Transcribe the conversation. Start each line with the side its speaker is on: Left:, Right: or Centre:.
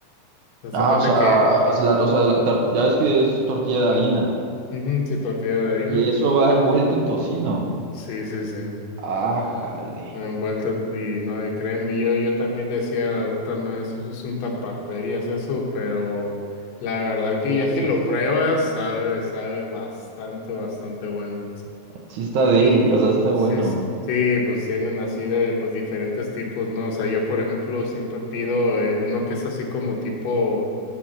Left: Haz
Right: Ah,
Left: de cuenta
Right: o sea,
Left: que
Right: es la, o
Left: ah,
Right: sea, la tor- ya ves que es tortilla de harina
Left: mm, ujú, sí, tortilla de harina.
Right: y eso va envuelto en tocino.
Left: Sí, sí, sí.
Right: Ah,
Left: Ah,
Right: jale.
Left: Envuelta en ti, no, y créeme, yo, yo también decía, uta, ma, eso es un taparterías eso, pero la verdad que
Right: Sí,
Left: ya
Right: sí,
Left: que lo
Right: sí.
Left: pruebas, sabe, sabe bastante, bastante bueno.
Right: Sí está de
Left: Y
Right: él, o sea, está bueno.
Left: sí, s- sí, pues tienen así de pues diferentes tipos, ¿no? O sea, yo por ejemplo siempre pido eh, uno que es así como tipo